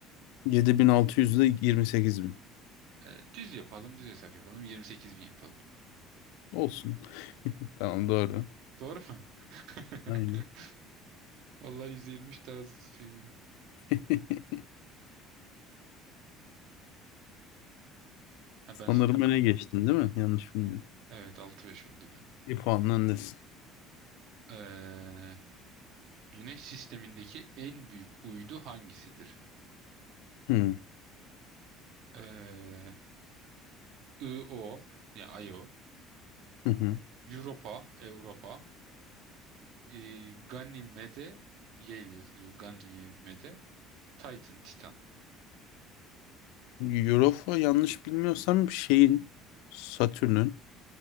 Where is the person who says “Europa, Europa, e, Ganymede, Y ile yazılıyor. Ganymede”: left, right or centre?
Right